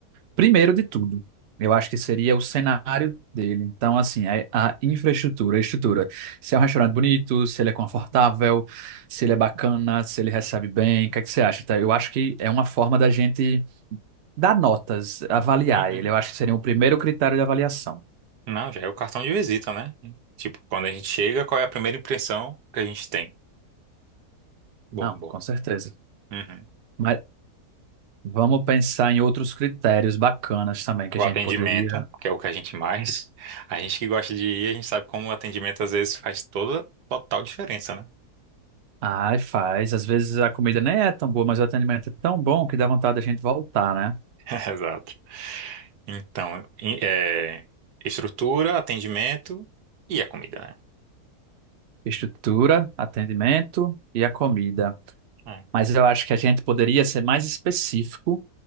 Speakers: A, on the right (about 55°); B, on the right (about 80°).
A: primeiro de tudo, eu acho que seria o cenário dele. Então, assim, a, a infraestrutura, a estrutura. Se é um restaurante bonito, se ele é confortável, se ele é bacana, se ele recebe bem, o que é que você acha, tá? Eu acho que é uma forma da gente Dar notas, avaliar
B: Uhum.
A: ele, eu acho que seria o primeiro critério de avaliação.
B: Não, já é o cartão de visita, né? Tipo, quando a gente chega, qual é a primeira impressão que a gente tem? Bom,
A: Não,
B: bom.
A: com certeza.
B: Uhum.
A: Mas vamos pensar em outros critérios bacanas também que
B: O
A: a gente
B: atendimento,
A: poderia.
B: que é o que a gente mais. <laughs> A gente que gosta de ir, a gente sabe como o atendimento às vezes faz toda total diferença, né?
A: Ai, faz. Às vezes a comida nem é tão boa, mas o atendimento é tão bom que dá vontade da gente voltar, né?
B: <laughs> Exato. Então, em- é, estrutura, atendimento e a comida, né?
A: Estrutura, atendimento e a comida.
B: É,
A: Mas eu acho que a gente poderia ser mais específico